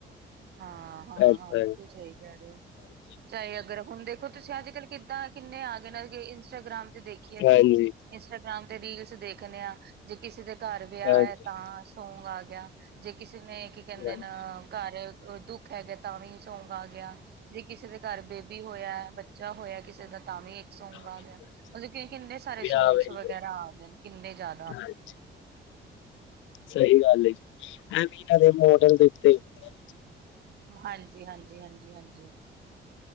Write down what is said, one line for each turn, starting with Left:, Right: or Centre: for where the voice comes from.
Right: ਹਾਂ ਹਾਂ
Left: ਏਦਾਂ
Right: ਹਾਂ
Left: ਹੈ
Right: ਬਿਲਕੁਲ ਸਹੀ ਕਹਿ ਰਏ ਹੋ
Left: ਹਾਂਜੀ
Right: ਚਾਹੇ ਅਗਰ ਹੁਣ ਦੇਖੋ ਤੁਸੀਂ ਅੱਜ ਕੱਲ੍ਹ ਕਿੱਦਾਂ ਕਿੰਨੇ ਆ ਗਏ ਨੇ ਜੇ ਇੰਸਟਾਗ੍ਰਾਮ ਤੇ ਦੇਖੀਏ ਅਸੀਂ
Left: ਹਾਂਜੀ
Right: ਇੰਸਟਾਗ੍ਰਾਮ ਤੇ ਰੀਲਸ ਦੇਖਣੇ ਆ ਜੇ ਕਿਸੇ ਦੇ ਘਰ ਵਿਆਹ
Left: ਹਾਂਜੀ
Right: ਹੈ ਤਾਂ ਸੌਂਗ ਆ ਗਿਆ ਜੇ ਕਿਸੇ ਨੇ ਕੀ ਕਹਿੰਦੇ
Left: ਹਾਂਜੀ
Right: ਨ ਘਰ ਦੁੱਖ ਹੈਗਾ ਤਾਂ ਵੀ ਸੌਂਗ ਆ ਗਿਆ ਜੇ ਕਿਸੇ ਦੇ ਘਰ ਬੇਬੀ ਹੋਇਆ ਬ ਬੱਚਾ ਹੋਇਆ ਕਿਸੇ ਦਾ ਤਾਂ ਵੀ ਸੌਂਗ
Left: ਹਾਂਜੀ
Right: ਆ ਗਿਆ ਮਤਲਬ ਕਿ ਕਿੰਨੇ ਸਾਰੇ
Left: ਵਿਆਹ
Right: ਸੌਂਗਸ
Left: ਵੇਲੇ
Right: ਵਗੈਰਾ ਆ ਗਏ ਕਿੰਨੇ ਜਾਦਾ
Left: ਹਾਂਜੀ ਸਹੀ ਗੱਲ ਹੈ ਜੀ ਐਵੇਂ ਇਹਨਾਂ ਦੇ ਮੋਡਲ ਦੇ ਉੱਤੇ ਹੁੰਦੀ ਏ
Right: ਹਾਂਜੀ ਹਾਂਜੀ ਹਾਂਜੀ ਹਾਂਜੀ